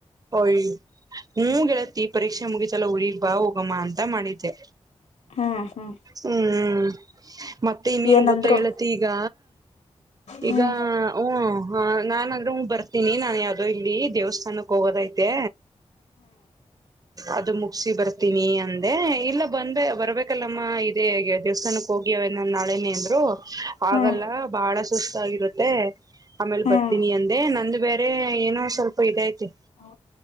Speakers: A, on the right; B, on the left.
A: ಯ ಹ್ಮ ಗೆಳತ್ತತಿ ಪರೀಕ್ಷೆ ಮುಗೀಿತಲ್ಲ ಉಊರಿಗ್ ಬಾ ಹೋಗಮ್ಮ ಅಂತ ಮಾಡಿದ್ದೆ
B: ಹ್ಮ್ ಹ್ಮ್
A: ಹ್ಮ್್ಮ ಹ <unintelligible> ಮತ್ತೆ ಇನ್ನೇನ್
B: ಏನಂದ್ರು
A: ಗೊತ್ತ ಹೇಳತಿ ಈಗ
B: ಹ್ಮ್
A: ಈಗ ಹ ನಾನ್ದ್ರೂ ಬರ್ತೀನಿ ನಾನ ಯಾವ್ದೋ ಇಲ್ಲಿ ದೇವಸ್ಥಾನಕ್ ಹೋಗೋದೈತೆ ಅದು ಮುಗಿಸಿಿ ಬರ್ತ ತನಿ ಅಂದೆ ಇಲ್ಲ ಬಂದ ಬರ್ಬೇಕ ಯಾಕಲ್ಲಮ್ಮ ಇದೇ ದೇವಸ್ಥಾನಕ್ಕೆ ಹೋಗಿ ಅವವನ ನಾಳೆನೇ ಅಂದ್ರು
B: ಹ್ಮ್
A: ಆಗಲ್ಲ ಬಾಳ ಸುಸ್ತಾಗಿರುತ್ತೆ ಆಮೇಲೆ
B: ಹ್ಮ್
A: ಬರ್ತೀನಿ ಅಂದೆ ನಂದು ಬೇರೆ ಏನೋ ಸ್ವಲ್ಪ ಇದ್ತಿ
B: ಹೌ